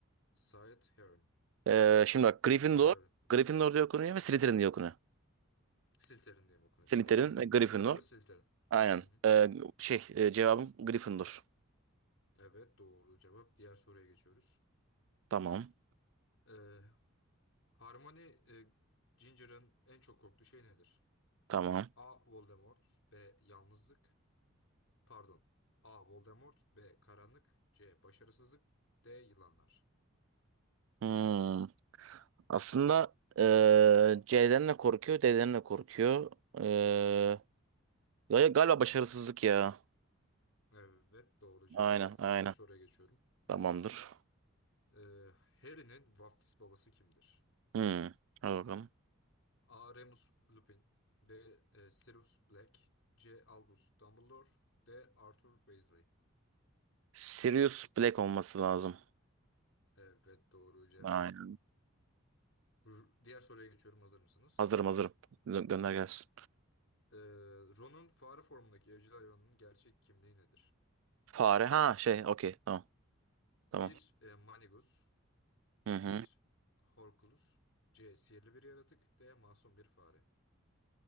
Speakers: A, on the left; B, on the right.
A: Slytherin.
B: Ee, şimdi bak Gryffindor.
A: Slytherin.
B: Gryffindor diye okunuyor ve Slytherin diye okunuyor.
A: Slytherin diye mi okunuyor?
B: Slytherin
A: Okey tamam.
B: ve Gryffindor.
A: Gryffindor ve Slytherin.
B: Aynen.
A: Hı hı.
B: Ee, şey e, cevabım Gryffindor.
A: Evet doğru cevap. Diğer soruya geçiyoruz.
B: Tamam.
A: Ee, Harmony e, Ginger'ın en çok korktuğu şey nedir?
B: Tamam.
A: A. Voldemort B. Yalnızlık Pardon. A. Voldemort B. Karanlık C. Başarısızlık D. Yılanlar
B: Hmm. Aslında e, C'den de korkuyor, D'den de korkuyor. Ee, ya- galiba başarısızlık ya.
A: Evet doğru cevap.
B: Aynen, aynen.
A: Dördüncü soruya geçiyorum.
B: Tamamdır.
A: Ee, Harry'nin vaftiz babası kimdir?
B: Hmm. Hadi bakalım.
A: A. Remus Lupin B. e, Sirius Black C. Albus Dumbledore D. Arthur Weasley
B: Sirius Black olması lazım.
A: Evet doğru cevap.
B: Aynen.
A: R- Diğer soruya geçiyorum. Hazır mısınız?
B: Hazırım, hazırım. Gö- gönder gelsin.
A: Ee, Ron'un fare formundaki evcil hayvanının gerçek kimliği nedir?
B: Fare. Ha şey, okey.
A: Bi-
B: Tamam. Tamam.
A: Bir, e, Manigus,
B: Hı hı.
A: bir Horculus, C. Sihirli bir yaratık, D. Masum bir fare.